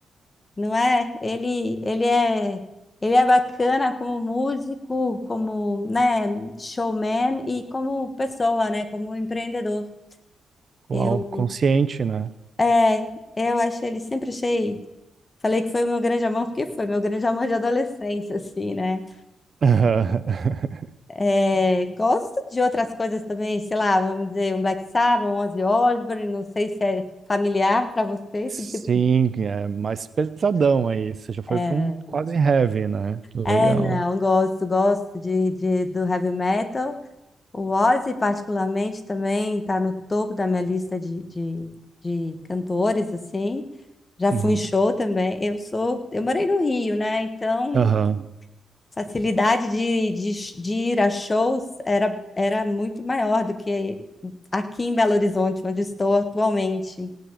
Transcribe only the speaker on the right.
uau,
consciente, né?
<laughs>
Sim,
é mais pesadão aí. Você já foi
para um quase heavy, né? Legal.
Uhum.
Aham,